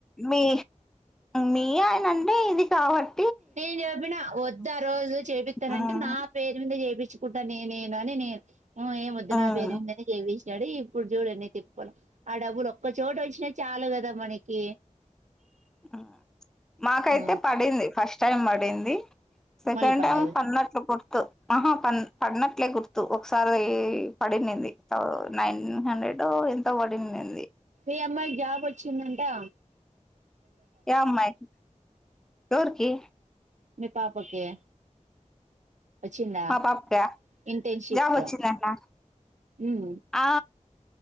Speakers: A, in the centre; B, on the right.
A: మీ మీ ఆయనంటే ఇది కావట్
B: నేను చెప్పిన వద్దు ఆ రోజు చేపిస్తానంటే
A: మ్మ్
B: నా పేరు మీద చేపిస్ తెచ్చుకుంటా నేనే నని నేను మ్మ్ ఏం వద్దు
A: మ్మ్
B: నా పేరు విన్నది దేవిచ్ ఈడ ఇప్పుడు చూడ అన్నీ తిప్పళ్లు ఆ డబ్బులు ఒక్క చోట వచ్చినా చాలు కదా మనకి
A: మ్మ్ మాకైతే
B: ఆ
A: పడింది ఫస్ట్ టైమ్ మరింది సెకండ్
B: మళ్ళీ పర్లేదు
A: టైమ్ పన్నట్లు గుర్త్ కో ఆహా ప పడినట్లే గుర్తు ఒకసారి వెయ్ యి పడిందింది త నైన్ హండ్రెడో ఎంత పడిన్నింది
B: ఏ అమ్మాయికి జాబ్ వచ్చందంటా
A: ఎ అమ్మాయికి ఎవడుకి
B: ని పాపకి వచ్చిందా
A: మా పాపక
B: ఇంటర్న్షిప్
A: జావచ్చందంటన
B: ఉమ్
A: ఆ